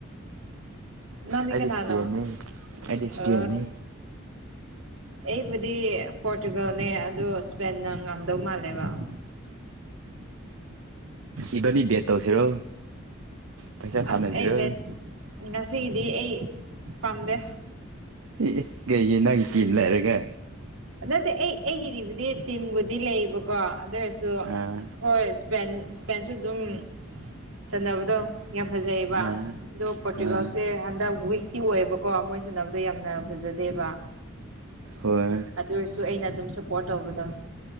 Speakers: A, on the right; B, on the right.
A: ꯅꯃꯤ
B: ꯑꯩꯗꯤ
A: ꯀꯅꯥꯅꯣ
B: ꯏꯁꯄꯦꯟꯅꯤ ꯑꯩꯗꯤ ꯏꯁꯄꯦꯟꯅꯤ
A: ꯑ ꯑꯩꯕꯨꯗꯤ ꯄꯣꯔꯇꯨꯒꯜꯅꯦ ꯑꯗꯨ ꯏꯁꯄꯦꯟꯅ ꯉꯝꯗꯧ ꯃꯥꯜꯂꯦꯕ <inaudible>
B: ꯏꯕꯅꯤ ꯕꯦꯠ ꯇꯧꯁꯤꯔꯣ ꯄꯩꯁꯥ ꯊꯥꯅꯁꯤꯔꯣ
A: ꯑꯁ ꯑꯩ ꯕꯦꯠ ꯉꯁꯤꯒꯤꯗꯤ ꯑꯩ ꯄꯥꯝꯗꯦ
B: ꯑꯦ ꯑꯦ ꯀꯩꯒꯤ ꯅꯪꯒꯤ ꯇꯤꯝ ꯂꯩꯔꯒ
A: ꯅꯠꯇꯦ ꯑꯩ ꯑꯩꯒꯤꯗꯤꯕꯨꯗꯤ ꯇꯤꯝꯕꯨꯗꯤ ꯂꯩꯕꯀꯣ ꯑꯗꯨ ꯑꯣꯏꯔꯁꯨ
B: ꯑꯥ
A: ꯍꯣꯏ ꯁꯄꯦꯟ ꯏꯁꯄꯦꯟꯁꯨ ꯑꯗꯨꯝ ꯁꯥꯟꯅꯕꯗꯣ ꯌꯥꯝ ꯐꯖꯩꯑꯕ
B: ꯑꯥ
A: ꯑꯗꯣ ꯄꯣꯔꯇꯨꯒꯥꯜꯁꯦ
B: ꯑꯥ
A: ꯍꯟꯗꯛ ꯋꯤꯛ ꯇꯤ ꯑꯣꯏꯌꯦꯕꯀꯣ ꯃꯣꯏ ꯁꯥꯟꯅꯕꯗꯣ ꯌꯥꯝꯅ ꯐꯖꯗꯦꯕ
B: ꯍꯣꯏ
A: ꯑꯗꯨ ꯑꯣꯏꯔꯁꯨ ꯑꯩꯅ ꯑꯗꯨꯝ ꯁꯞꯄꯣꯔꯠ ꯇꯧꯕꯗꯣ